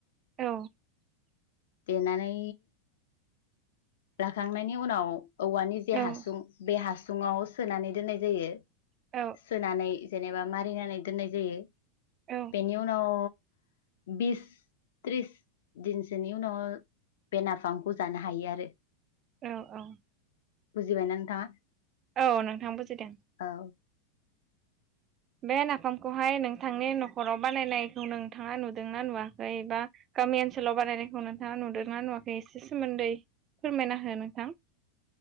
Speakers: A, on the right (about 25°); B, on the left (about 75°).
A: औ
B: देनानै लाखांनायनि उनाव औवानि जे
A: औ
B: हासुं बे हा सुङाव सोनानै दोननाय जायो।
A: औ
B: सोनानै जेनेबा मारिनानै दोननाय जायो।
A: औ
B: बेनि उनाव बिस त्रिस दिनसोनि उनाव बे नाफामखौ जानो हायो आरो।
A: औ औ।
B: बुजिबाय ना नोंथाङा?
A: औ नोंथां बुजिदों।
B: औ
A: बे नाफामखौहाय नोंथांनि न'खराव बानायनायखौ नोंथाङा नुदोंना नुवाखै? बा गामि ओनसोलाव बानायनायखौ नोंथाङा नुदोंना नुवाखै एसे सोमोन्दै फोरमायना हो नोंथां।